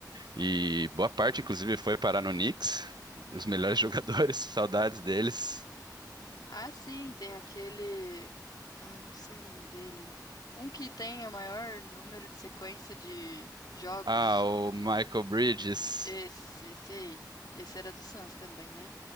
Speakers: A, on the right (about 75°); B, on the left (about 65°).
A: e boa parte, inclusive, foi parar no Knicks. Os melhores <laughs> jogadores, saudades deles.
B: Ah, sim, tem aquele. Ai, não sei o nome dele. Um que tem o maior número de sequência de jogos.
A: Ah, o Michael Bridges.
B: Esse, esse aí. Esse era do Suns também, né?